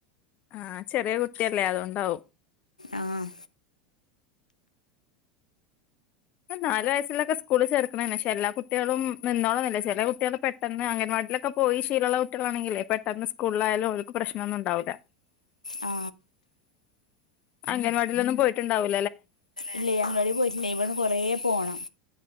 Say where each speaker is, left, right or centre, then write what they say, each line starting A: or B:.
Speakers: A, on the left; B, on the left.
A: ആഹ ചെറിയ കുട്ടിയല്ലേ അതൊണ്ടാവും
B: ആഹ്
A: നാല് വയസ്സിലൊക്കെ സ്കൂള് ചേർക്കണ് പക്ഷെ എല്ലാ കുട്ടികളും നിന്നോളന്നില്ല ചില കുട്ടികള് പെട്ടെന്ന് അങ്ങനെ വാട്ടിലൊക്കെ പോയി ശീമുള്ള കുട്ടികാണെങ്കെ പെട്ടന്ന് സ്കൂളിലായയാലും അവൾക്ക് പ്രശ്നംൊന്നും ഉണ്ടാവില്ല
B: ആ
A: അംഗൻവാടിലൊന്നും പോയിട്ടുണ്ടാവില്ലോ
B: ഇല്ല അംഗൻവാടി പോയിട്ടില്ലേ ഇവിടെന്ന് കൊറേ പോണം